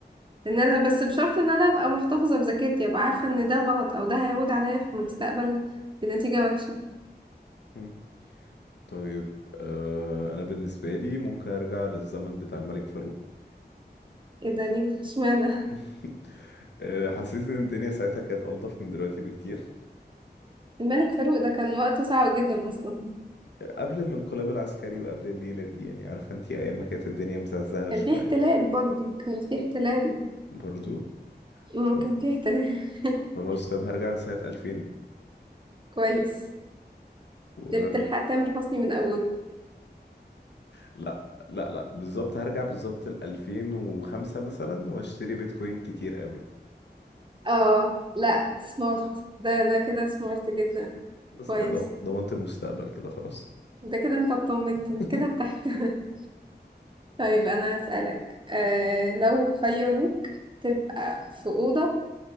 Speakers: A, on the right; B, on the left.
A: ان انا بس بشرط ان انا ابقى محتفظه بذاكرتي ابقى عارفه ان ده غلط او ده هيعود عليا في المستقبل بنتيجه وحشه
B: مم. طيب أه انا بالنسبة لي ممكن ارجع للزمن بتاع الملك فاروق
A: ايه ده ليه اشمعنى
B: <laughs> آه، حسيت ان الدنيا ساعتها كانت ألطف من دلوقتي بكتير
A: <laughs> الملك فاروق ده كان وقته صعب جدا اصلا
B: قبل الانقلاب العسكري وقبل الليلة دي يعني عارفة انتي ايام ما كانت الدنيا مزعزعة
A: كان
B: شوية
A: في احتلال برضه كان في احتلال
B: برضو
A: مم،
B: طب
A: كان في احتلال <laughs>
B: خلاص طب هرجع لسنة 2000
A: كويس
B: و...
A: ده بتلحق تامر حسني من اوله
B: لا لا لا بالظبط هرجع بالظبط ل 2005 مثلا واشتري بيتكوين كتير قوي
A: اه لا سمارت ده ده كده سمارت جدا
B: بس
A: كويس
B: كده ضمنت المستقبل كده خلاص
A: ده كده انت اطمنت
B: <laughs>
A: انت كده ارتحت <laughs> طيب انا هسألك آه لو خيروك تبقى في أوضة